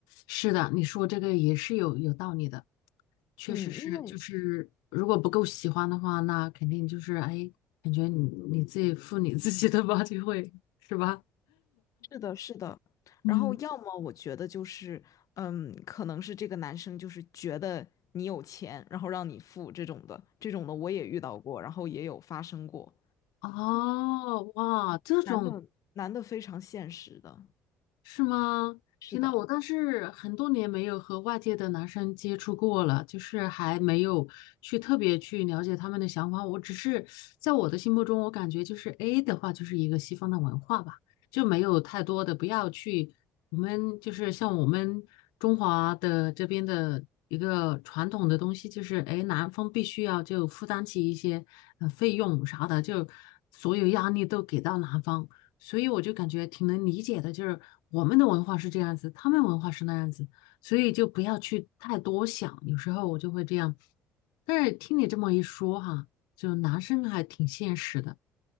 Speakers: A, on the left (about 60°); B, on the left (about 45°).
A: 是的，你说这个也是有有道理的，确实是，
B: 嗯，因为
A: 就是如果不够喜欢的话，那肯定就是哎，感觉你你自己负你自己的吧，就会是吧？
B: 是的，是的。
A: 嗯。
B: 然后要么我觉得就是，嗯，可能是这个男生就是觉得你有钱，然后让你付这种的，这种的我也遇到过，然后也有发生过。
A: 哦，哇，
B: 嗯，
A: 这种
B: 男的男的非常现实的，
A: 是吗？
B: 是的。
A: 天呐，我倒是很多年没有和外界的男生接触过了，就是还没有去特别去了解他们的想法。我只是在我的心目中，我感觉就是 A 的话，就是一个西方的文化吧，就没有太多的不要去我们就是像我们中华的这边的一个传统的东西，就是哎，男方必须要就负担起一些呃费用啥的，就所有压力都给到男方。所以我就感觉挺能理解的，就是我们的文化是这样子，他们文化是那样子，所以就不要去太多想。有时候我就会这样，但是听你这么一说哈，就男生还挺现实的，